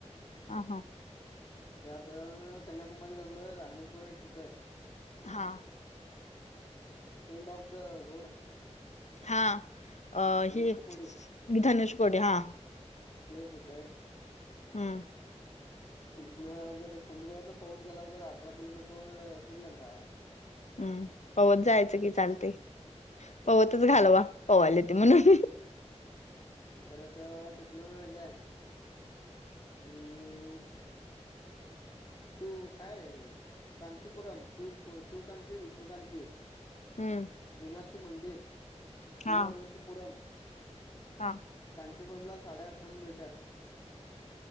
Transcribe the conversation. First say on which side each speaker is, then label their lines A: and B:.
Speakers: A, on the left (about 75°); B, on the left (about 35°).
A: हं हा.
B: त्यात कन्याकुमारी धरलोय रामेश्वर एक <unintelligible>
A: हां.
B: End of the road.
A: हा. अं
B: धनुष्यकोडी
A: हे धनेश कोडे हा.
B: ते एक होतय.
A: हम्म.
B: आणि तिथनं जर समुद्रातन पव्हत गेला, तर अठरा किलोमीटर वर श्रीलंका आहे.
A: हम्म, पव्हतं जायचं की चालते, पव्हतंच घालवा, पव्हाला येते म्हणून.
B: परत तिथनं हे आहे. हम्म. शिव काय कांचीपुरम, शिव- शिवकांची, विष्णुकांची
A: हम्म.
B: मीनाक्षी मंदिर, तिरुअनंतपुरम
A: हा हा.
B: कांचीगंगा साडे अठ्ठ्याण्णव मीटर